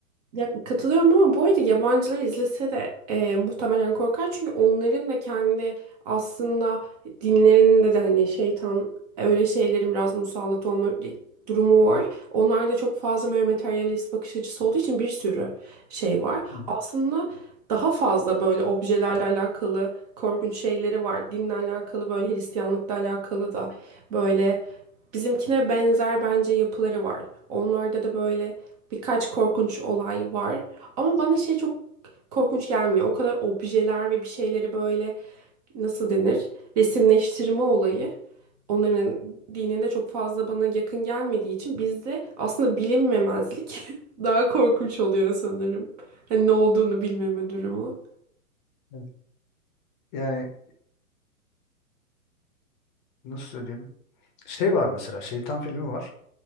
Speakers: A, on the right; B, on the left.
A: Ya, katılıyorum ama bu arada yabancılar izlese de e, muhtemelen korkar. Çünkü onların da kendi aslında dinlerinde de hani şeytan öyle şeylerin biraz musallat olma durumu var. Onlarda çok fazla böyle materyalist bakış açısı olduğu için bir sürü şey var.
B: Hı,
A: Aslında daha fazla böyle objelerle alakalı korkunç şeyleri var. Dinle alakalı böyle Hristiyanlıkla alakalı da böyle bizimkine benzer bence yapıları var. Onlarda da böyle Birkaç korkunç olay var. Ama bana şey çok korkunç gelmiyor. O kadar objeler ve bir şeyleri böyle nasıl denir? Resimleştirme olayı. Onların dininde çok fazla bana yakın gelmediği için bizde aslında bilinmemezlik <laughs> daha korkunç oluyor sanırım. Hani ne olduğunu bilmeme durumu.
B: evet. Yani nasıl söyleyeyim? Şey var mesela, Şeytan filmi var.